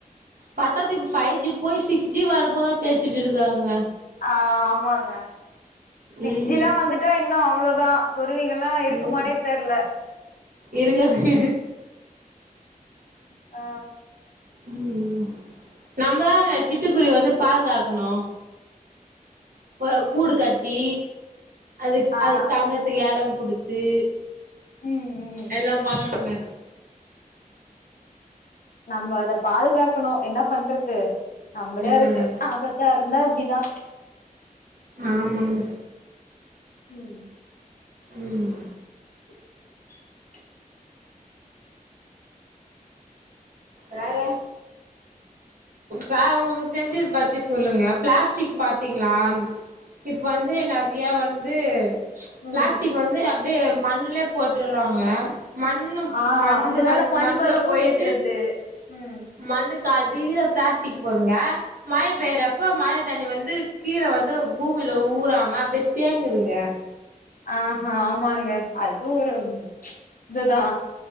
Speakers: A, on the right; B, on the left.
A: பத்தாத்து இப்ப ஃபைவ் ஜி போய் சிக்ஸ் ஜி வர போதா பேசிட்டு இருக்காங்க
B: ஆ ஆமாங்க சிக்ஸ்
A: ம்
B: ஜி லா வந்துட்டா இன்னு அவ்ளோதா குருவிங்கல்லா இருக்குமானே
A: ம்
B: தெர்ல
A: இருக்காதுங்க
B: ஆ
A: ம் நம்மதாங்க சிட்டுக்குருவி வந்து பாதுகாக்கணு இப்ப கூடு கட்டி அதுக்
B: ஆ
A: அதுக் தங்கற்த்துக் எட குடுத்து
B: ம் ம்
A: எல்லா பண்ணணுங்க
B: நம்ப அத பாதுகாக்கணு என்ன பண்றது நம்மளே
A: ம்
B: அதுக்கு ஆபத்த இருந்தா இப்பிடிதா
A: ஆமாங்க
B: ம்
A: ம்
B: <inaudible>
A: வேற வேற உங்ளுக்கு தெரிஞ்சத பத்தி சொல்லுங்க பிளாஸ்டிக் பத் திங்ளா இப்ப வந்து நெறையா வந்து
B: ம்
A: பிளாஸ்டிக் வந்து அப்டியே மண்ணுலியே போட்டுறாங்க மண்ணு
B: ஆ
A: மண்ணு
B: அதனால
A: வந்
B: மண்
A: மண்ல
B: வளமு
A: போயிட்டு
B: கெட்ருது ம்
A: மண்ணுக்கு அடில பிளாஸ்டிக் போதுங்க மழ பேயிறப்போ மழ தண்ணி வந்து கீழ வந்து பூமில ஊராம அப்டியே தேங்குதுங்க
B: ஆஹா ஆமாங்க அது ஒரு இதுதா